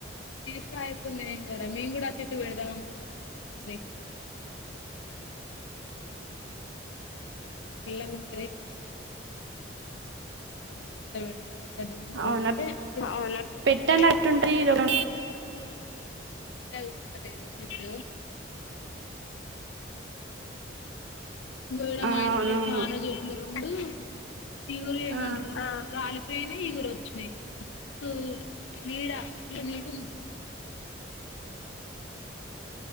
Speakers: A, on the left; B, on the right.
A: ఏస అయకుందిం కారా మేం కూడా చెట్టు వెడదాం అనుకుంటానమ్మా నెక్స్ట్ ఇయర్ ఎతు మంచి ఫల్లే ఉంటది కూర్చోడానిక అైనా అని ఉంటుంది ఇంటి ముందుగా పెడతుంది అ గద్దె ముందు
B: అవునా
A: పెడితే అవునా
B: పెట్టనట్టుంటది
A: పెద్ద
B: ఇది ఒక
A: ఉంటంది సిట్ గడ
B: ఆ
A: మా ఇంటికాడ
B: అవునవును
A: కాను చెట్లు ర ఉండు తీవరు ఏమండాల
B: ఆ
A: ేనే ఈగురు వచ్చినాయి మస్తు నీడ ఇల నీడు ఉంది